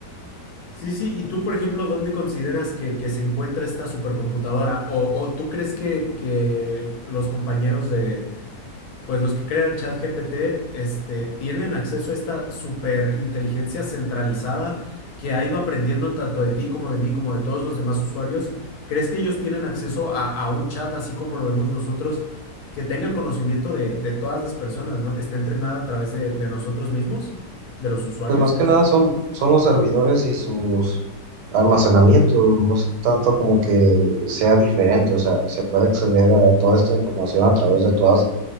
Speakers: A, on the left; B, on the right.
A: Sí, sí, y tú, por ejemplo, ¿dónde consideras que, que se encuentra esta supercomputadora? ¿O, o tú crees que, que los compañeros de pues los que crean ChatGPT, este, tienen acceso a esta superinteligencia centralizada que ha ido aprendiendo tanto de ti como de mí, como de todos los demás usuarios. ¿Crees que ellos tienen acceso a, a un chat así como lo vemos nosotros, que tenga el conocimiento de, de todas las personas, ¿no? Que esté entrenada a través de, de nosotros mismos, de los usuarios?
B: Pues más que nada son, son los servidores y sus almacenamientos, no es tanto como que sea diferente, o sea, se puede acceder a toda esta información a través de todas